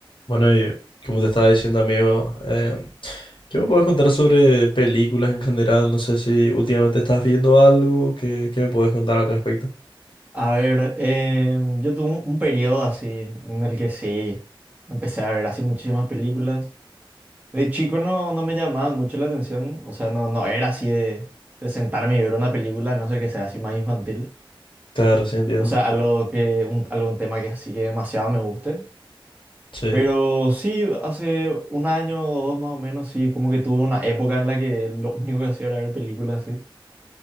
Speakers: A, on the left; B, on the right.
A: Bueno, y como te estaba diciendo, amigo, eh, ¿qué me puedes contar sobre películas en general? No sé si últimamente estás viendo algo, ¿qué, qué me puedes contar al respecto?
B: A ver, em, yo tuve un, un periodo así en el que sí empecé a ver así muchísimas películas. De chico no, no me llamaba mucho la atención, o sea, no, no era así de, de sentarme y ver una película, a no sé que sea así más infantil.
A: Claro, sí, entiendo.
B: O sea, algo que, un, algún tema que así que demasiado me guste.
A: Sí.
B: Pero sí, hace un año o dos más o menos, sí, como que tuve una época en la que lo único que hacía era ver películas, sí.